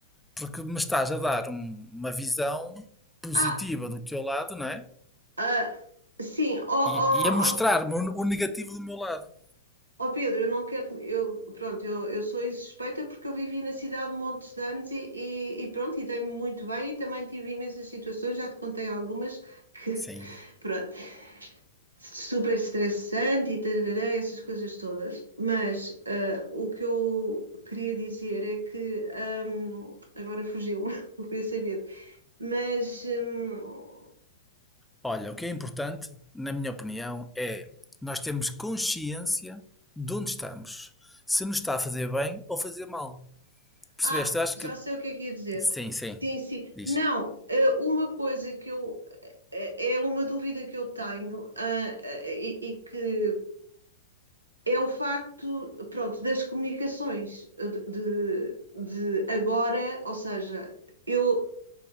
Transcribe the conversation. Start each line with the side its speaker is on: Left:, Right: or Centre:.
Centre: porque me estás a dar um- uma visão positiva
Right: Ah,
Centre: do teu lado, né?
Right: ah, sim, ó ó,
Centre: E, e a mostrar-me
Right: ó,
Centre: o, o negativo do meu lado.
Right: ó, Pedro, eu não quero. Eu, pronto, eu, eu sou insuspeita porque eu vivi na cidade montes de anos e, e, e pronto, e dei-me muito bem e também tive imensas situações, já te contei algumas que,
Centre: Sim.
Right: <laughs> pronto. super estressante e tarará, essas coisas todas. Mas ah, o que eu queria dizer é que ahm, agora fugiu-me <laughs> o pensamento. Mas hum,
Centre: Olha, o que é importante, na minha opinião, é nós termos consciência de onde estamos, se nos está a fazer bem ou fazer mal. Percebeste?
Right: ah,
Centre: Eu Acho
Right: já
Centre: que
Right: sei o que é que ia dizer.
Centre: sim, sim.
Right: Sim, sim.
Centre: Diz.
Right: Não, eh, uma coisa que eu eh, é uma dúvida que eu tenho, ah, eh, e, e que é o facto, pronto, das comunicações eh, de, de de agora, ou seja, eu